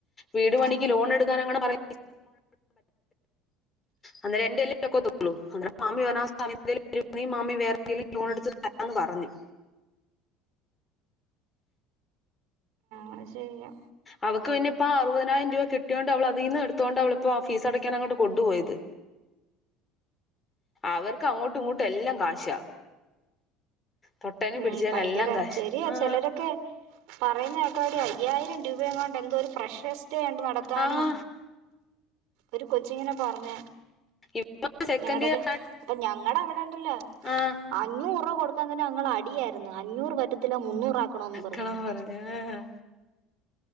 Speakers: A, on the left; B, on the right.
A: വീട് പണിക്ക്
B: ആഹ്
A: ലോൺ എടുക്കാൻങ്ങെട് <inaudible> അന്നേരം എന്റെല്ലെതൊക്കെ <unintelligible> മാമി <unintelligible> വേറെന്തേലും ലോണെടുത്ത് തരാന്ന് പറഞ്ഞു
B: അത് ശരിയാ
A: അവക്ക് പിന്നെ ഇപ്പ അറുപതിനായിരം രൂപ കിട്ടിയോണ്ട് അവളതീന്ന് എടുത്തോണ്ട് അവളിപ്പോ ആ ഫീസടക്കാൻ അങ്ങോട്ട് കൊണ്ടുപോയത് അവർക്ക് അങ്ങോട്ടും ഇങ്ങോട്ടും എല്ലാം കാശാ തൊട്ടേനും
B: ഉ
A: പിടിച്ചേനും
B: ഭയങ്കര
A: എല്ലാം കാശ്
B: ശെരിയ
A: ആ
B: ചിലരൊക്കെ പറയുന്നേക്കാടി അയ്യായിരം രൂ പയെങ്ങാണ്ട് എന്തോര് ഫ്രഷ്സ് ഡെ നടത്താനോ
A: ആ
B: ഒരു കൊച്ചിങ്ങനെ പറഞ്ഞ
A: ഇപ്പ സെക്കൻഡ്
B: ഞങ്ങടൊര്
A: ഇയർ
B: അപ്പൊ ഞങ്ങടെ അവിടെണ്ടല്ലോ
A: ആഹ്
B: അഞ്ഞൂർറ കൊടുക്കാൻ തന്നെ ഞങ്ങളടിയാര്ന്ന് അഞ്ഞൂറ് പറ്റത്തില്ല മുന്നൂറാക്കണോന്ന് പറഞ്ഞോണ്ട്
A: കളം പറഞ്ഞു ആഹ്